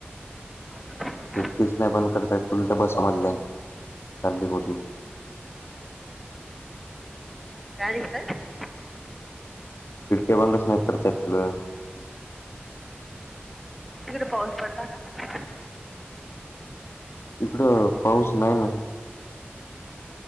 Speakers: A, in the centre; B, on the left (about 85°).
A: <inaudible>
B: खिडकीच नाही बंद करता येत तुला त्या बस मधली चालली मोठी
A: कायता <unintelligible>
B: खिडक्या बंदच नाही करता येत तुला
A: तिकडे पाऊस पडला का?
B: इकडं पाऊस नाही ना.